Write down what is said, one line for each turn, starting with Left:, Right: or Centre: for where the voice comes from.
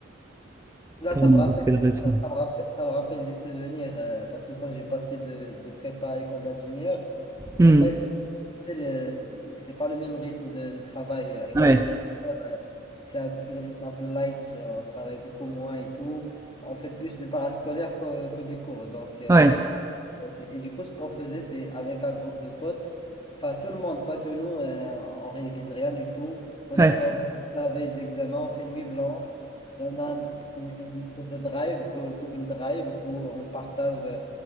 Left: Là,
Right: pour
Left: ça
Right: n'importe
Left: me rappelle,
Right: quelle raison.
Left: ça me rappelle, ça me rappelle des souvenirs euh, parce que quand j'ai passé de, de prépa à école d'ingénieur,
Right: Hmm.
Left: en fait, C'est le- c'est pas le même rythme de, de travail. euh, École
Right: Ouais,
Left: d'ingénieur, euh, c'est un peu le rythme un peu light. euh, On travaille beaucoup moins et tout. On fait plus du parascolaire que, que des cours. Donc, euh,
Right: ouais,
Left: donc- et du coup, ce qu'on faisait, c'est avec un groupe de potes, enfin tout le monde, pas que nous, euh, on révise rien du tout. On
Right: ouais,
Left: attend juste la veille de l'examen, on fait nuit blanche. Et on a une, une espèce de drive, Go- Google Drive, où on partage. euh,